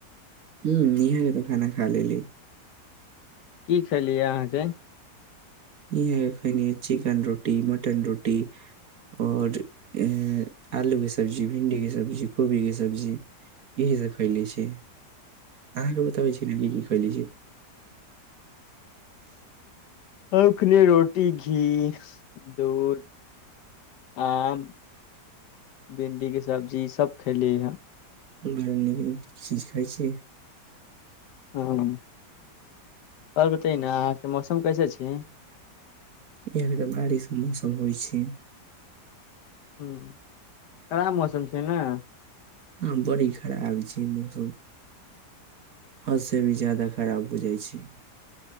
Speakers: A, on the right; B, on the left.
A: हूं इहाँ के त' खाना खा लेली
B: की खेलियै अहाँके
A: इहे खयनि चिकन रोटी मटन रोटी और ए आलू के सब्जी भिंडी के सब्जी कोबी के सब्जी इहे सब खैले छी अहाँके ब तबै छी न की की खयली छी <inaudible>
B: औखने रोटी घी दूध आम भिंडीके सब्जी ईसभ खेलियै हं
A: बड़ा नीक नीक चीज खाइ छी
B: हँ ओर बतयै ने अहाँके मौसम कैसे छै
A: यहाँके तऽ बारिशके मौसम होइ छै
B: ह्म्म खराब मौसम छै ने
A: हँ बड़ी खराब छै मौसम हंस से भी ज्यादा खराब बुझाय छी